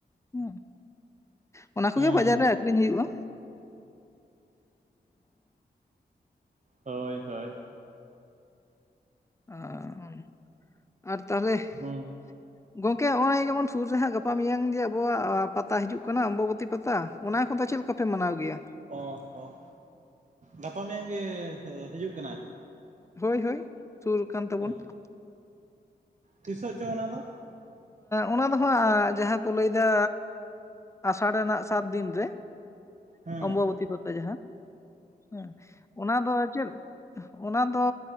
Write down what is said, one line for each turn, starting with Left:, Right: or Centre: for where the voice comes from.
Left: ᱦᱩᱸ ᱚᱱᱟ ᱠᱩᱜᱤ
Right: ᱦᱩᱸ
Left: ᱵᱟᱡᱟᱨ
Right: ᱦᱩᱸ
Left: ᱨᱮᱼᱼ ᱟᱠᱷᱨᱤᱧ ᱦᱩᱭᱩᱜ-ᱟ
Right: ᱦᱳᱭ ᱦᱳᱭ
Left: ᱚᱸ ᱟᱨ ᱛᱟᱦᱚᱞᱮᱼᱼ
Right: ᱦᱚᱸ
Left: - <inaudible> ᱜᱚᱝᱠᱮ ᱦᱚᱸᱜᱼᱚᱭ ᱡᱮᱢᱚᱱ ᱥᱩᱨ ᱨᱮᱦᱟᱸᱜ ᱜᱟᱯᱟ ᱢᱮᱭᱟᱝ ᱜᱮ ᱟᱵᱚᱣᱟᱜ ᱯᱟᱛᱟ ᱦᱤᱡᱩᱜ ᱠᱟᱱᱟ ᱚᱢᱵᱟᱱᱚᱛᱤ ᱯᱟᱛᱟ ᱚᱱᱟ ᱠᱚᱫᱚ ᱪᱮᱫ ᱞᱮᱠᱟ ᱯᱮ ᱢᱟᱱᱟᱣ ᱜᱮᱭᱟ?
Right: ᱚ ᱦᱚᱸ ᱜᱟᱯᱟ ᱢᱮᱭᱟᱝ ᱜᱮ ᱦᱤᱡᱩᱜ ᱠᱟᱱᱟ ᱾
Left: ᱦᱳᱭ ᱦᱳᱭ ᱥᱩᱨ ᱠᱟᱱ ᱛᱟᱵᱚᱱ
Right: ᱦᱮᱸ
Left: ᱾
Right: ᱛᱤᱥᱚᱜ ᱪᱚ ᱚᱱᱟ ᱫᱚ?
Left: ᱚᱱᱟ ᱫᱚ ᱦᱟᱸᱜ ᱡᱟᱦᱟᱸ ᱠᱚ ᱞᱟᱹᱭ ᱫᱟ, ᱟᱥᱟᱲ ᱨᱮᱱᱟᱜ ᱥᱟᱛ ᱫᱤᱱ ᱨᱮ ᱾
Right: ᱦᱮᱸ
Left: ᱚᱢᱵᱟᱵᱚᱛᱤ ᱠᱚᱛᱟ ᱡᱟᱦᱟᱸ ᱦᱮᱸ ᱚᱱᱟ ᱫᱚ ᱪᱮᱫ ᱚᱱᱟ ᱫᱚ